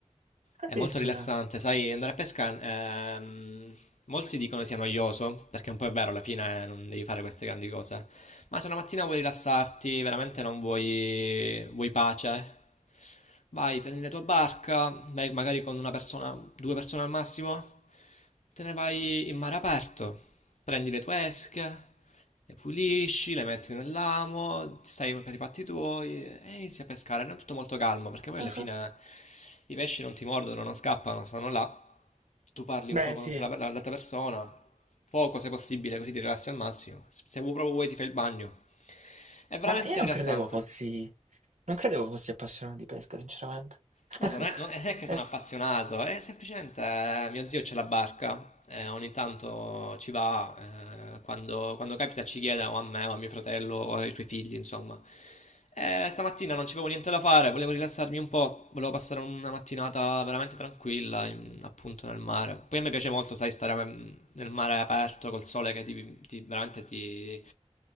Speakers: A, on the right; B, on the left.
A: addirittura.
B: è molto rilassante. Sai, andare a pesca, ehm, molti dicono sia noioso, perché un po' è vero, alla fine eh, non devi fare queste grandi cose. Ma se una mattina vuoi rilassarti, veramente non vuoi, vuoi pace, Vai, prendi la tua barca, vai magari con una persona, due persone al massimo, te ne vai in mare aperto, prendi le tue esche, le pulisci, le metti nell'amo, ti stai per i fatti tuoi e inizi a pescare. Non è tutto molto calmo perché poi
A: Ah,
B: alla fine
A: ah.
B: i pesci non ti mordono, non scappano, stanno là. Tu parli
A: Beh,
B: un po' con
A: sì,
B: quella, l'altra persona, poco se possibile, così ti rilassi al massimo. Se vuoi- proprio vuoi ti fai il bagno. È veramente
A: ma io non
B: rilassante.
A: credevo fossi, non credevo fossi appassionato di pesca, sinceramente. <laughs>
B: Guarda, non è, non è che sono
A: Eh,
B: appassionato, è semplicemente eh, mio zio c'è la barca, eh, ogni tanto ci va, eh, quando, quando capita ci chiede o a me o a mio fratello o ai suoi figli, insomma. Eh, stamattina non c'avevo niente da fare, volevo rilassarmi un po', volevo passare una mattinata veramente tranquilla, in- appunto nel mare. Poi a me piace molto, sai, stare mm, nel mare aperto col sole che ti, ti- veramente ti,